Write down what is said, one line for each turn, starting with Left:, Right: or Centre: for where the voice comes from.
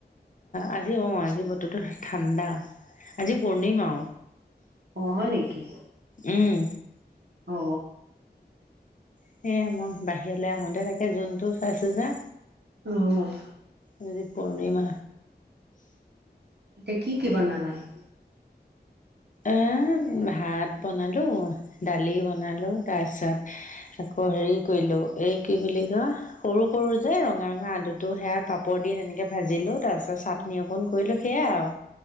Left: আজি অ আজি। আজি বতৰো ঠাণ্ডা, আজি পূৰ্ণিমাও
Right: অ হয় নেকি
Left: উম
Right: অ!
Left: সেয়ে মই বাহিৰলৈ আহোতে তাকে জোনটো চাইছো যে
Right: অহ!
Left: আজি পূৰ্ণিমা!
Right: এতিয়া কি কি বনালানো?
Left: অ' ভাত বনালো। দালি বনালো। তাৰ পিছত আকৌ হেৰি কৰিলো লো-এই কি বুলি ক সৰু- সৰু যে ৰঙা- ৰঙা আলু টো সেয়া পাপৰ দি তেনেকে ভাজিলো। তাৰপিছত চাটনি
Right: উম
Left: অকণ কৰিলো সেয়া আৰু